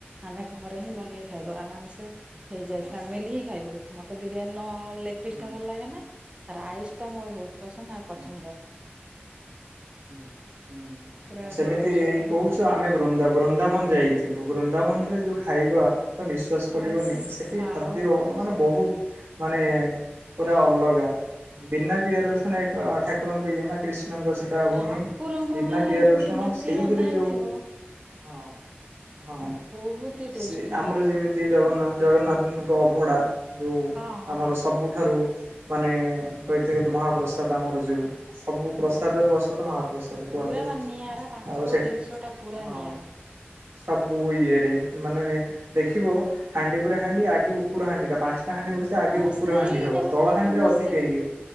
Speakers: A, on the right (about 25°); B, on the right (about 80°).
A: ଆମେ ଘରେ ହିଁ ବନେଇ ଖାଇଦଉ ଆରାମ୍ ସେ ହେଇଯାଏ
B: ହଁ
A: ଫ୍ୟାମିଲି ହିଁ ଖାଇଦଉ ମତେ ବିରିୟାନୀ ନହେଲେ ପିସ୍
B: ହୁଁ
A: ତ ଭଲ ଲାଗେନା ରାଇସ୍ ଟା ମୋର ବହୁତ ପସନ୍ଦ ଆଉ କଚୁମ୍ବର।
B: ହୁଁ। ହୁଁ ହୁଁ
A: ପୁରା
B: ଆ ସେମିତି
A: ଫେବରାଇଟ୍ ସେଇଟା।
B: ଏଇ କହୁଛି ତ ଆମେ ବୃନ୍ଦା ବୃନ୍ଦାବନ ଯାଇଥିଲୁ ବୃନ୍ଦାବନରେ ଯୋଉ ଖାଇବା ତମେ ବିଶ୍ଵାସ କରିବନି
A: ଆଉ
B: ସେଠି ଖାଦ୍ୟ ମାନେ ବହୁତ ମାନେ ପୁରା ଅଲଗା ବିନା ପିଆଜ ରସୁଣ
A: ଆଉ
B: ରେ ଠାକୁରଙ୍କ ଇଏ ନା କ୍ରିଷ୍ଣାଙ୍କ ତା ଭୂମି
A: ଠାକୁରଙ୍କ
B: ବିନା
A: ମାନେ
B: ପିଆଜ
A: ଯୋଉଠି
B: ରସୁଣ
A: ନୀତି
B: ସେଇଥିରେ
A: ରନ୍ଧା ହେଇଥିବ
B: ଯୋଉ ହଁ ହଁ
A: ବହୁତ ହି ଟେଷ୍ଟି
B: ସେ ଆମର
A: ବା।
B: ଯେମିତି ଶ୍ରୀ ଜଗନ୍ନା ଜଗନ୍ନାଥଙ୍କ ଅଭଡା ଯୋଉ
A: ହଁ ହଁ
B: ଆମର ସବୁ ଠାରୁ ମାନେ କହିତେ ଗଲେ ମହାପ୍ରସାଦ ଆମର ଯୋଉ ସବୁ ପ୍ରସା ସାଦ ପ୍ରସାଦ ମହାପ୍ରସାଦ କୁହାଯାଉଛି
A: ପୁରା ବା ନିଆରା ତାଙ୍କ
B: ଆଉ ସେଠି
A: ଜିନିଷ ଟା ପୁରା
B: ହଁ।
A: ନିଆରା।
B: ସବୁ ଇଏରେ ମାନେ ଦେଖିବ ହାଣ୍ଡି ଉପରେ ହାଣ୍ଡି ଆଗେ ଉପର ହାଣ୍ଡି ଟା ପାଞ୍ଚଟା ହାଣ୍ଡି ବସି ତ ଆଗେ
A: ହଁ
B: ଉପର
A: ସେଇଟା
B: ହାଣ୍ଡି ହିଁ ହବ
A: ବା
B: ତଳହାଣ୍ଡି
A: ପୁରା ଫେମସ୍
B: ରେ ଅଧିକ
A: ସେଠି।
B: ଇଏ।